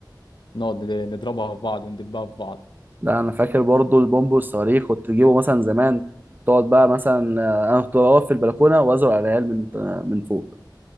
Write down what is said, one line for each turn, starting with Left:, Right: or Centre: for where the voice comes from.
Left: نقعد نضربها في بعض وندبها في بعض
Right: لا أنا فاكر برضو البومب والصواريخ كنت تجيبه مثلا زمان تقعد بقى مثلا آه، أنا كنت واقف في البلكونة وأزرع على العيال من آه، من فوق